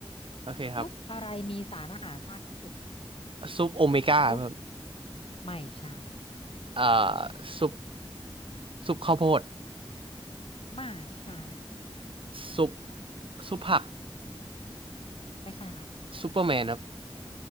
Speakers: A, on the right; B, on the left.
A: โอเคครับ
B: ซุปอะไรมีสารอาหารมากที่สุด
A: ซุปโอเมก้าครับ
B: ซุปไม่ใช่
A: เอ่อซุปซุปข้าวโพด
B: ไม่ใช่
A: ซุปซุปผัก
B: ไม่ใช่ค่ะ
A: ซูเปอร์แมนครับ